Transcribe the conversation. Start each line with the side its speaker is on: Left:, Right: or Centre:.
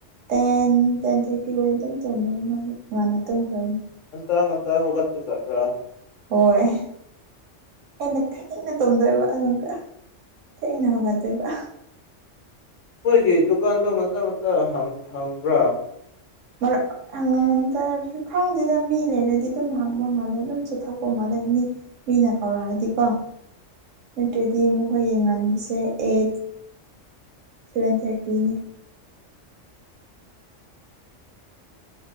Right: ꯇꯦꯟ ꯇꯦꯟ ꯊꯥꯔꯇꯤ ꯑꯣꯏꯅ ꯑꯗꯨꯝ ꯇꯨꯝꯕꯅꯤ ꯃꯥ ꯉꯅ ꯇꯨꯝꯈ꯭ꯔꯕꯅꯤ
Left: ꯑꯇ ꯃ ꯍꯣꯠ ꯄꯨꯖꯒ
Right: ꯍꯣꯏ ꯑꯩꯅ ꯊꯦꯡꯅ ꯇꯣꯝꯗꯣꯏꯕ ꯑꯗꯨꯒ ꯊꯦꯡꯅ ꯍꯧꯒꯠꯇꯣꯏꯕ
Left: ꯑꯩꯈꯣꯏꯒꯤ ꯗꯨꯀꯥꯟꯗꯣ ꯉꯝꯇ ꯉꯟꯇ ꯍꯪꯕ꯭ꯔꯥ
Right: ꯃꯔ ꯇ ꯈꯪ ꯑꯗꯨꯗ ꯃꯤ ꯂꯩꯔꯗꯤ ꯑꯗꯨꯝ ꯍꯥꯡꯕ ꯃꯥꯜꯂꯦ ꯑꯗꯨꯝ ꯆꯠꯊꯣꯛꯄ ꯃꯥꯜꯂꯦ ꯃꯤ ꯃꯤꯅ ꯀꯧꯔꯛꯑꯗꯤꯀꯣ ꯅꯠꯇ꯭ꯔꯗꯤ ꯑꯃꯨꯛ ꯍꯌꯦꯡ ꯉꯟꯕꯁꯦ ꯑꯩꯠ ꯁꯚꯦꯟ ꯊꯥꯔꯇꯤꯅꯦ